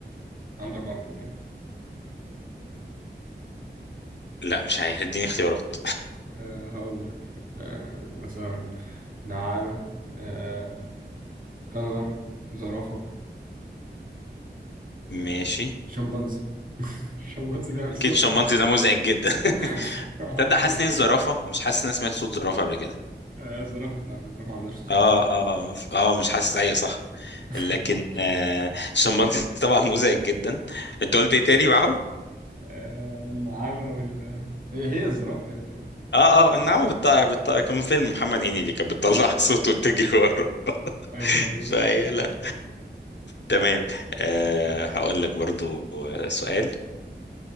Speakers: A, on the right; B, on the left.
A: وعنده اربع رجول يعني
B: لا مش عارف اديني اختيارات
A: أه هقول لك أه مثلا نعامة أه كنغر زرافة أه
B: ماشي
A: شمبانزي <laughs> الشمبانزي بيعمل
B: اكيد
A: صوت
B: الشمبانزي ده مزعج جدا <laughs>
A: <laughs> ما
B: تصدق
A: اعرفش
B: حاسس ان هي الزرافه مش حاسس ان انا سمعت صوت زرافه قبل كده
A: آه، زرافة فعلا الزرافة ما عندهاش صوت خالص
B: اه اه اه مش حاسس ايوه صح لكن
A: <laughs>
B: آه، الشمبانزي طبعا مزعج جدا انت قلت ايه تاني معاهم
A: آه، النعامة وال هي هي الزرافة هي الزرافة
B: اه اه النعمة بتطلع بتطلع كان فيلم محمد هنيدي كانت بتطلع
A: آه،
B: <laughs> صوت وبتجري وراه
A: أيوه أيوه
B: فهي
A: <laughs>
B: لا تمام آه هقول لك برضو آه، سؤال